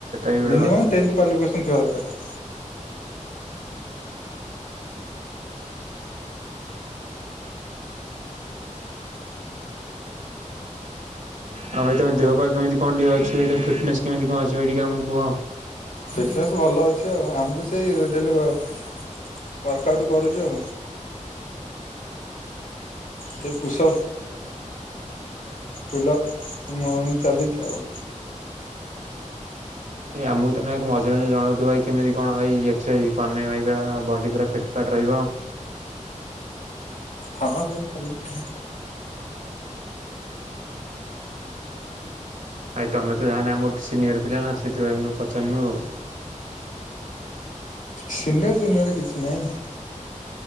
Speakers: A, on the right (about 75°); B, on the left (about 80°).
A: ବି ଗୋଟେ
B: ମିନିମମ୍
A: କଥା।
B: ଟେନ୍ଥ କ୍ବାଲିଫିକେସନ୍ ଥିବା ଦରକାର।
A: ଆଉ ଭାଇ ତମ ଦେହ ପା କେମିତି କଣ ଟିକେ ଅଛି ଭାଇ ତମ ଫିଟନେସ୍ କେମିତି କଣ ଅଛି ଭାଇ ଟିକେ ଆମକୁ କୁହ?
B: ଫିଟନେସ୍ ଭଲ ଅଛି ଆଉ। ଆମେ ବି ସେଇ ଡେଲି ୱାର୍କ ଆଉଟ କରୁଛୁ ଆଉ ସେ ପୁସ୍ ଆପ୍ ଫୁଲ୍ ଅପ୍ ଚାଲିଛି ଆଉ।
A: ଭାଇ ଆମକୁ ତ ନେ ଏକ ମଝିରେଝିରେ ଜଣାଉଥିବ ଭାଇ କେମିତି କଣ ଭାଇ ଏକ୍ସରସାଇଜ୍ କନେ ଭାଇ ପୁର ବଡ଼ି ପୁରା ଫିଟ ଫାଟ ରହିବ?
B: ହଁ ସେ କଲିିତ
A: ଆଇ ତମେ ତ ଯାହାନେ ଆମର ସିନିୟର ପିଲା ନା। ସେଇଥିପାଇଁ ଆମେ ପଚାରୁନୁ ଆଉ।
B: ସିନିୟର ଜୁନିୟର କିଛି ନାହିଁ।